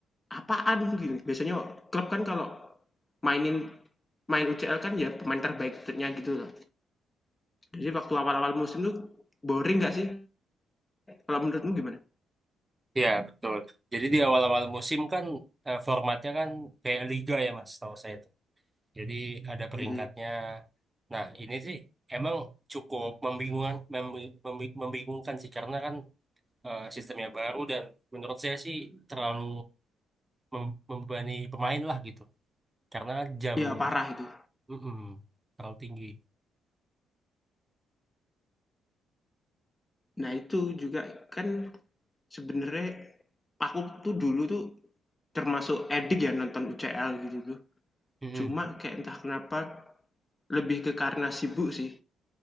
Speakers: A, on the left (about 20°); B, on the right (about 15°).
A: apaan gitu. Biasanya klub kan kalau mainin main UCL kan ya pemain terbaiknya gitu loh. Jadi waktu awal-awal musim tuh boring nggak sih? Kalau menurutmu gimana?
B: Iya betul. Jadi di awal-awal musim kan eh, formatnya kan kayak liga ya Mas, tahu saya. Jadi ada peringkatnya.
A: Mhm.
B: Nah, ini sih emang cukup membingungkan, membi- membi- membingungkan sih karena kan eh, sistemnya baru dan menurut saya sih terlalu mem- membebani pemain lah gitu. Karena kan jam
A: Iya, parah itu.
B: mm-mm, terlalu tinggi.
A: Nah, itu juga kan sebenarnya aku tuh dulu tuh termasuk edik ya nonton UCL gitu tuh.
B: Mm-mm.
A: Cuma kayak entah kenapa, lebih ke karena sibuk sih,